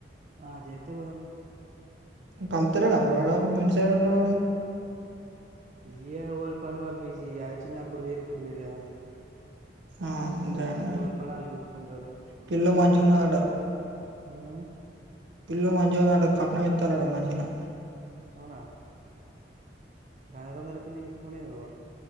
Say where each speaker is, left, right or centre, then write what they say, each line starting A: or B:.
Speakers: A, on the right; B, on the right.
A: ఆ చేత్తే పోదాం
B: పంపుతాలేడా మరి వాడు మీ ఇంటి సైడ్ ఉంటాడని
A: ఇగా ఏవిళి పని వాళ్ళు బిజీ చిన్నప్పుడు వేరు ఇప్పుడు వేరు కదా
B: ఆ అంతేనే
A: ఎవరి పని ఆళ్ళు చూసుకుంటారు.
B: పిల్ల మంచిగా ఉన్నదాట
A: హ్మ్
B: పిల్ల మంచిగా ఉందట కట్నం ఇత్తాల అట మంచిగానే
A: అవునా <unintelligible> పెళ్ళి కునే ఇరవ